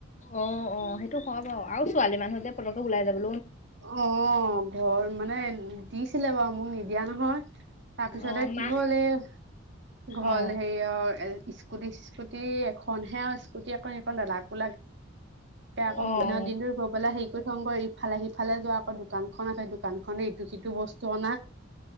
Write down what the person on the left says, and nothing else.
অ' অ' সেইটো হয় বাৰু আৰু ছোৱালী মানুহতে পতকো ওলাই যাব
অ
মা
অ
অ
অ